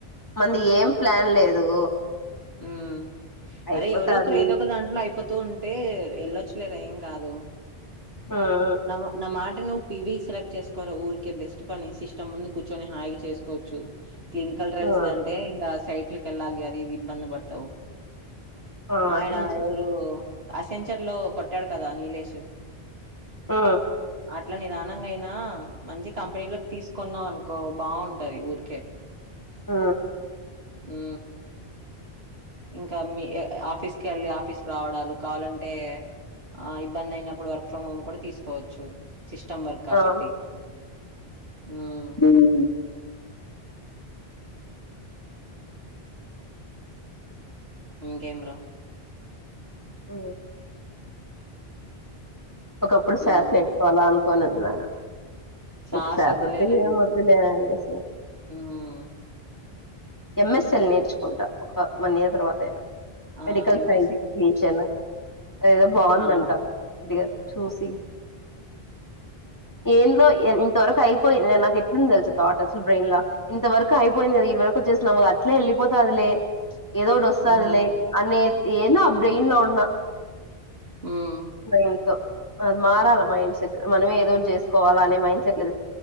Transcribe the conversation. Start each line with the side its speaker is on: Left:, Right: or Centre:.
Left: మంది ఏం ప్లాన్ లేదు
Right: ఉ
Left: అయిపోతాది
Right: అరే ఎవరో ఒకరు ఏదో ఒక దాంట్లో అయిపోతూ ఉంటే వెళ్ళొచ్చు లే ఏం కా కాదు
Left: ఉమ్
Right: న న ఆట అే నువ్ పివీ సెలెక్ట్ చేసుకోవ ఊరికే బెస్ట్ పని సిస్టమ్ ముందు కూర్చొని హాయిగా చేసుకోవచ్చు క్లినికల్ ట్రయల్స్ంటే
Left: ఉమ్
Right: ఇంకా సైట్లకి వెళ్ళాలి అది ఇది ఇబ్బంది పడతావు
Left: ఆ
Right: ఆయనా
Left: ఉమ్
Right: ఎవరు అసెంచర్ లో కొట్టాడు కదా నీలేష్
Left: ఆ
Right: అట్లా నిదానంగా అయినా మంచి కంపెనీలో తీసుకున్నాం అనుకో బాగుంటది ఊరికే
Left: ఆ
Right: ఆ ఇంకా మీ ఆఫీస్ కి వెళ్ళి ఆఫీస్కి రావడాలు కావాలంటే ఆ ఇబ్బంది అయినప్పుడు వర్క్ ఫ్రమ్ హోమ్ కూడా తీసుకోవచ్చు సిస్టమ్ వర్క్ కాబట్టి.
Left: ఆ
Right: హ్మ్.
Left: <inaudible>
Right: ఇంకమే రా
Left: ఆ ఒకప్పుడు
Right: హ్మ్.
Left: శస చేసుకోవాల అనుకోనిన్నా
Right: సాస్
Left: ఇప్పు సగ
Right: వద్దులేరా ఎందుకు.
Left: మొదులేసి
Right: హ్మ్.
Left: ఎంఎస్ఎల్ నేర్చుకుంటా ఒక మనీ తర్వాతయినా
Right: ఆ!
Left: Medical
Right: MS
Left: సైన్స్టెన్షన్
Right: Excel.
Left: అదేదో బాగుందంట
Right: ఆ!
Left: కొద్గా చూసి ఏలో ఇంతవరకు అయింది నాకు ఎట్లుంది తెస థట్ అలు బ్రెయిన్ లో ఇంతరకు అయిందిదా వరకు వచ్చేన అట్లే వెళ్లిపోతా అలే ఏదోటిస్తాదులే
Right: హ్మ్.
Left: అనే ఏనా బ్రెయిన్ లో ఉన్న
Right: హ్మ్.
Left: మైన్తో అది మారాలి మైండ్ సెట్ మనమ ఏదోటి చేసుకోవాలని మైండ్ సెట్ లేదు